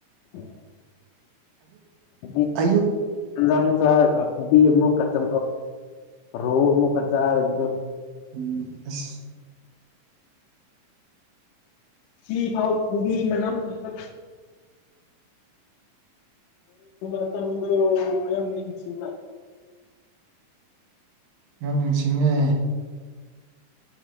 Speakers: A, on the left; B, on the right.
A: ꯎꯝ ꯑ
B: ꯑꯌꯨꯛ
A: ꯟꯖ ꯅꯨꯡ ꯆꯥ ꯍꯥꯏꯔꯀ ꯈꯨꯣꯕꯤ ꯑꯃꯨꯛꯀ ꯆ ꯔꯣ ꯑꯃꯨꯛꯀ ꯆ ꯑꯗꯨꯣ
B: ꯎꯝ ꯑꯁ
A: ꯁꯤ ꯐꯥꯎ ꯀꯕꯤ ꯃꯅꯝ ꯃ ꯑ ꯇꯁꯤ
B: ꯌꯥꯝ ꯅꯤꯡꯁꯤꯡꯉꯦ